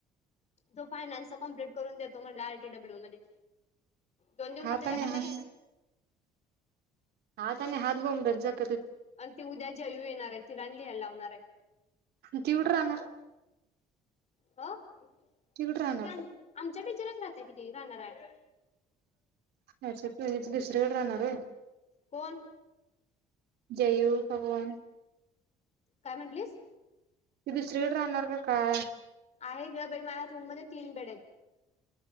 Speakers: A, on the left; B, on the right.
A: तो फयनान्चा कम्प्लीट करून देतो मला डब्ल्यू मध्ये दोन दिवसात
B: हाताने
A: त्याच्याकडन
B: हात
A: घ्या ना.
B: हा त आणि हात ब रजात
A: आणि ती उद्या जयु येणार आहे. तिला लिहायला लावणार आहे.
B: तेवढ राहणार?
A: हा! ते
B: तिकडं राहणार
A: आमच्या बिचारच <unintelligible> राहताय की ते किती राहणार आहे?
B: अच्छा ते हेच दिसतं. रेड राहणार रे.
A: कोण
B: जयू कोण?
A: काय म्हंटलीस?
B: ती दुसरीकडे राहणार का काय?
A: आहे ग बाई, माझ्याच रूम मध्ये तीन बेड आहेत.